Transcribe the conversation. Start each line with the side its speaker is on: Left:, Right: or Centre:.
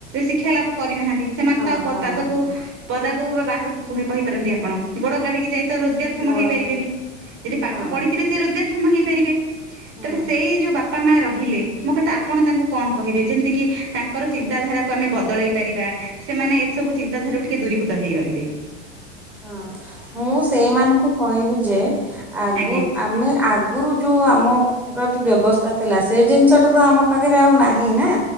Right: ଶିକ୍ଷା ଲାଭ କରିନାହାନ୍ତି। ସେମାନେ
Centre: ହଁ
Right: ତା ପାଦକୁ
Centre: ହଁ ହଁ
Right: ପଦା ବାହାରକୁ କହିପାରନ୍ତି ଆପଣ ଗୋ କାଢିକି ଯାଇ ତ ରୋଜଗାରକ୍ଷମ
Centre: ଗୋଡ
Right: ହେଇପାରିବେନି
Centre: କାଢି
Right: ଯଦି ପାଠ
Centre: ହଁ
Right: ପଢିଥିବେ ସେ ରୋଜଗାର ମହି କରାରିବେ ତାର
Centre: ହଁ
Right: ସେଇ ଯୋଉ ବାପା ବାପା ମା ରହିଲେ ମୋ କଥା ଆପଣ ତାଙ୍କୁ କଣ କହିବେ ଯେମିତିକି ତାଙ୍କର ଚିନ୍ତାଧାରାକୁ ଆମେ ବଦଳେଇ ପାରିବା ସେମାନେ ଏସବୁ ଚିନ୍ତାଧାରାକୁ ଟିକେ ଦୂରୀଭୂତ ହେଇ ରହିବେ।
Centre: ହଁ ମୁଁ ସେଇମାନଙ୍କୁ କହିବି ଯେ ଆଗରୁ
Right: ଆଜ୍ଞା
Centre: ଆମେ ଆଗରୁ ଯେଉଁ ଆମ ପ୍ରତି ବ୍ୟବସ୍ଥା ଥିଲା ସେଇ ଜିନିଷଟା ତ ଆମ ପାଖରେ ଆଉ ନାହିଁ ନା।